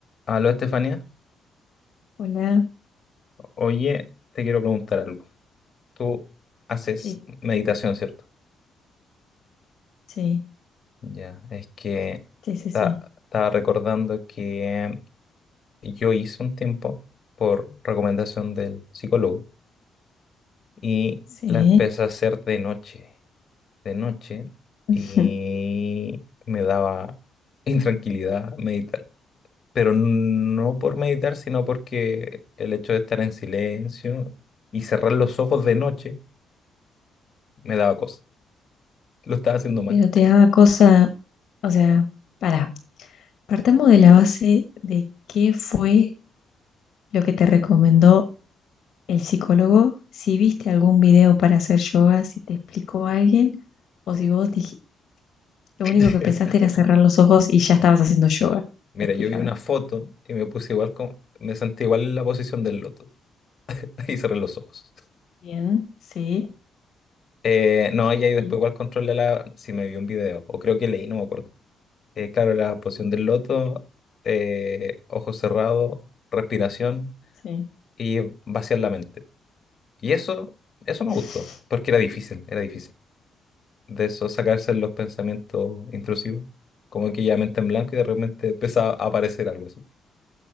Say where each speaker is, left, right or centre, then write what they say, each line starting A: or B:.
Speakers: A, on the left; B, on the left.
A: Aló, Estefanía.
B: Hola,
A: Oye, te quiero preguntar algo. Tú haces
B: sí,
A: meditación, ¿cierto?
B: sí,
A: Ya, es que
B: sí, sí, sí,
A: ta- estaba recordando que yo hice un tiempo por recomendación del psicólogo y
B: sí.
A: la empecé a hacer de noche, de noche,
B: <laughs>
A: y me daba <laughs> intranquilidad meditar. Pero no por meditar, sino porque el hecho de estar en silencio y cerrar los ojos de noche me daba cosas. Lo estaba haciendo mal.
B: Pero te daba cosa, o sea, para, partamos de la base de qué fue lo que te recomendó el psicólogo, si viste algún video para hacer yoga, si te explicó alguien, o si vos dijiste, lo
A: <laughs>
B: único que pensaste era cerrar los ojos y ya estabas haciendo yoga.
A: Mira,
B: Explícame.
A: yo vi una foto y me puse igual como, me sentí igual en la posición del loto <laughs> y cerré los ojos.
B: Bien, sí,
A: Eh, no, y ahí después
B: y
A: igual controlé la, si me vi un video, o creo que leí, no me acuerdo. Eh, claro, la posición del loto, eh, ojos cerrados, respiración
B: sí.
A: y vaciar la mente. Y eso, eso me
B: <laughs>
A: gustó, porque era difícil, era difícil. De eso sacarse los pensamientos intrusivos, como que ya mente en blanco y de repente empezaba a aparecer algo así.